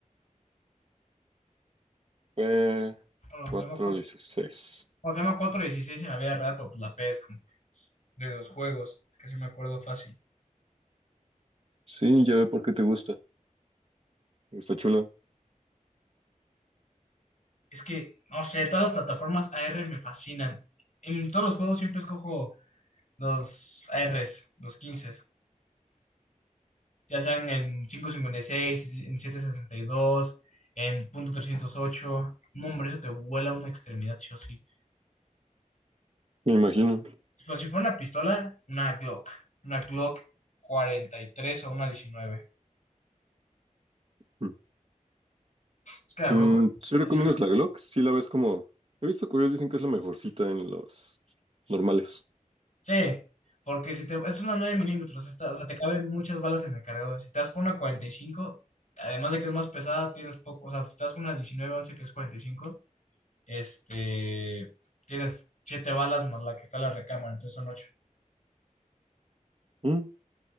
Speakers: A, on the right; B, on the left.
A: Eh,
B: Bueno, se
A: cuatro
B: llama, 4
A: dieciséis.
B: o se llama 416 en la vida real, pero pues la P es como de los juegos. Es que sí me acuerdo fácil.
A: Sí, ya ve por qué te gusta. Está chula,
B: Es que, no sé, todas las plataformas AR me fascinan. En todos los juegos siempre escojo los ARs, los quince ya sean en quinientos cincuenta y seis en setecientos sesenta y dos en .308. No, hombre, eso te vuela una extremidad, sí o sí.
A: me imagino.
B: Pues si fuera una pistola, una Glock. Una Glock 43 o una diecinueve
A: Mm.
B: Es que la
A: Mm,
B: Glock 43
A: ¿sí recomiendas
B: así
A: la Glock? Sí la ves como... He visto que ellos dicen que es la mejorcita en los normales.
B: Sí, porque si te, es una 9 milímetros, esta, o sea, te caben muchas balas en el cargador. Si te das por una cuarenta y cinco además de que es más pesada, tienes poco, o sea, si te das con una diecinueve once que es cuarenta y cinco este, tienes 7 balas más la que está en la recámara, entonces son ocho
A: Mm,